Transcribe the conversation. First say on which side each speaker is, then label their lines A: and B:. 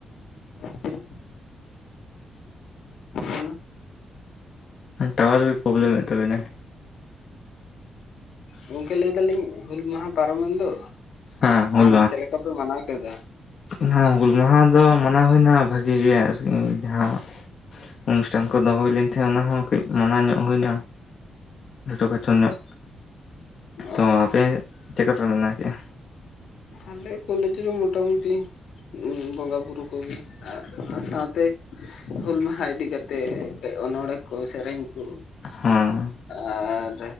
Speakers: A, on the left (about 75°); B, on the left (about 50°).
A: <inaudible> <unintelligible>
B: ᱴᱟᱣᱟᱨ ᱯᱨᱚᱵᱞᱮᱢᱮᱫ ᱛᱟᱵᱤᱱᱟᱭ
A: ᱜᱚᱝᱠᱮ ᱞᱟᱹᱭ ᱫᱟᱞᱤᱧ ᱦᱩᱞ ᱢᱟᱦᱟ ᱯᱟᱨᱚᱢᱮᱱ ᱫᱚ
B: ᱦᱮᱸ ᱦᱩᱞ
A: ᱛᱟᱦᱞᱮ ᱪᱮᱫ ᱞᱮᱠᱟᱯᱮ ᱢᱟᱱᱟᱣ ᱠᱮᱫᱟ
B: <unintelligible> ᱦᱩᱞ ᱢᱟᱦᱟ ᱫᱚ ᱢᱟᱱᱟᱣ ᱦᱩᱭᱱᱟ ᱵᱷᱟᱜᱤ ᱜᱮ ᱟᱨᱠᱤ ᱡᱟᱦᱟᱸ ᱚᱱᱩᱥᱴᱷᱟᱱ ᱠᱚ ᱫᱚᱦᱚ ᱦᱩᱭ ᱞᱮᱱ ᱛᱟᱦᱮᱸᱫ ᱚᱱᱟ ᱦᱚᱸ ᱠᱟᱹᱡᱽ ᱢᱟᱱᱟᱣ ᱧᱚᱜ ᱦᱩᱭᱱᱟ ᱪᱷᱚᱴᱚ ᱠᱷᱟᱴᱚ ᱧᱚᱜ
A: ᱚ
B: ᱛᱚ ᱟᱯᱮ ᱪᱮᱠᱟᱯᱮ ᱢᱟᱱᱟᱣ ᱠᱮᱜᱼᱟ?
A: ᱟᱞᱮ ᱠᱚᱞᱮᱡᱽ ᱨᱮ ᱢᱚᱴᱟᱢᱩᱴᱤ ᱵᱚᱸᱜᱟ ᱵᱩᱨᱩ ᱠᱚᱜᱮ ᱟᱨ ᱚᱱᱟ ᱥᱟᱶᱛᱮ ᱦᱩᱞ ᱢᱟᱦᱟ ᱤᱫᱤ ᱠᱟᱛᱮ ᱚᱱᱚᱬᱦᱮᱸ ᱠᱚ ᱥᱮᱨᱮᱧ ᱠᱚ
B: ᱦᱮᱸ
A: ᱟᱨ